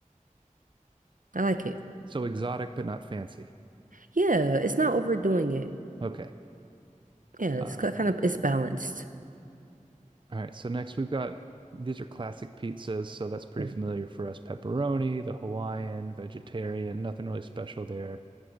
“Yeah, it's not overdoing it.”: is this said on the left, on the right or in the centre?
Right